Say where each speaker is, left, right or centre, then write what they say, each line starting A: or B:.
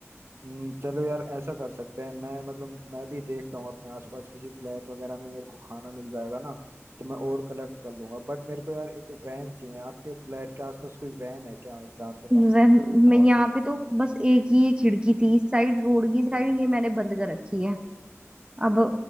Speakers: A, on the right; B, on the right.
A: हम्म, चलो यार ऐसा कर सकते हैं मैं मतलब मैं भी देखता हूँ अपने आसपास किसी फ्लैट वगैरह में मेरे को खाना मिल जाएगा ना तो मैं और कलेक्ट कर लूंगा बट मेरे को यार एक वैन चाहिए आपके फ्लैट के आसपास कोई वैन है क्या जहाँ तक
B: वह-
A: हम पहुंच
B: मैं यहाँ
A: सके
B: पे तो बस एक ही एक खिड़की थी इस साइड रोड की साइड ये मैंने बंद कर रखी है अब